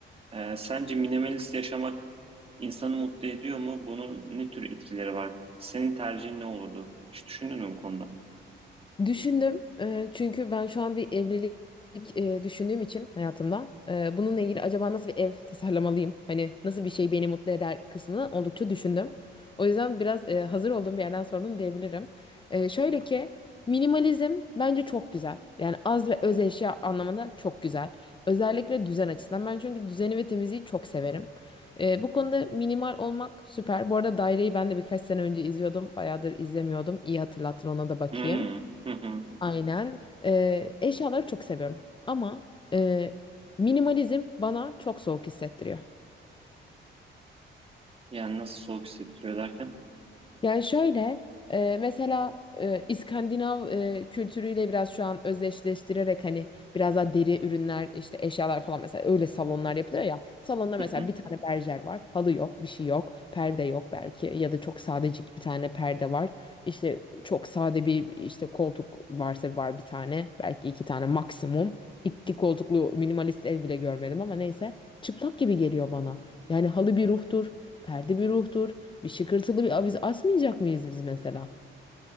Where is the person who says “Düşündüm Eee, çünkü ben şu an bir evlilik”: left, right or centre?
Left